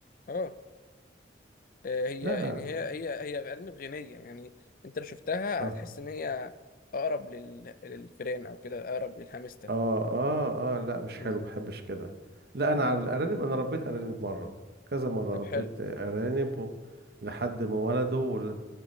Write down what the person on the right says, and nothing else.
لا لا
اه
اه اه اه لا مش
حلو ما بحبش كده لا انا
على الارانب انا ربيت ارانب مرة كذا مرة
ربيت
ارانب و... لحد ما ولدوا ولد